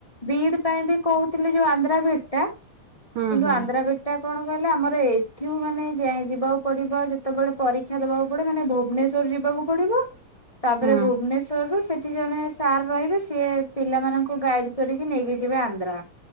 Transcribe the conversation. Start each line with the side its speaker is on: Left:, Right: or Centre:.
Left: ବିଡ଼ି ପାଇଁବି କହୁଥିଲେ ଯୋଉ ଆନ୍ଧ୍ରା ବିଡ଼ିଟା
Right: ହଁ
Left: କିନ୍ତୁ
Right: ହଁ
Left: ଆନ୍ଧ୍ରା ବିଡ୍ ଟା କଣ କହିଲେ ଆମର ଏଠୁ ମାନେ ଯାଇ ଯିବାକୁ ପଡ଼ିବ ଯେତେବେଳେ ପରୀକ୍ଷା ଦେବାକୁ ପଡ଼ିବ ମାନେ ଭୁବନେଶ୍ୱର ଯିବାକୁ ପଡ଼ିବ। ତାପରେ
Right: ହଁ
Left: ଭୁବନେଶ୍ଵରରୁ ସେଠି ଜଣେ ସାର୍ ରହିବେ ସିଏ ପିଲାମାନଙ୍କୁ ଗାଇଡ୍ କରିକି ନେଇକି ଯିବେ ଆନ୍ଧ୍ରା